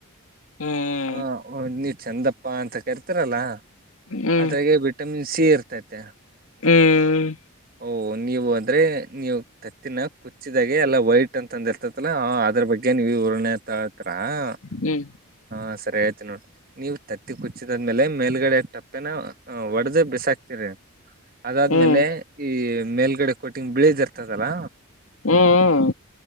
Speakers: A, on the left; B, on the right.
A: ಹ್ಮ್
B: ಹ ಒ ನೀ ಚಂದಪ್ಪಾ ಅಂತ ಕರಿತಾರಲ್ಲ
A: ಹ್ಮ್
B: ಅದ್ರಾಗ ವಿಟಮಿನ್ ಸ ಇರ್ತೈತೆ
A: ಹ್ಮ್
B: ಓಹ ನೀವು ಅಂದ್ರೆ ನೀವು ತತ್ತಿನ ಕುಚ್ಚಿದಾಗೆ ಎಲ್ಲಾ ವೈಟ್ ಅಂತ ಅಂದ ಇರ್ತತಲಾ ಅದ್ರ ಬಗ್ಗೆ ನೀವುರಣೆತಾತ ಹ
A: ಹ್ಮ್
B: ಹಾ ಸರಿ ಹೇಳ್ತ ನೋಡ್ ನೀವು ತತ್ತಿ ಕುಿ ಚ್ಚಿದಾದ್ಮೇಲೆ ಮೇಲ್ಗಡೆ ಟಪ್ಪೆನ ಒಡ್ದ ಬಿಸಾಕ್ತಿರಿ ಅದಾದ್ಮೇಲೆ
A: ಹ್ಮ್
B: ಈ ಮೇಲ್ಗಡೆ ಕೊಟ್ಟಿಂಗ ಬಿಳದ್ ಇರ್ತದಲ್ಲ
A: ಹ್ಮ್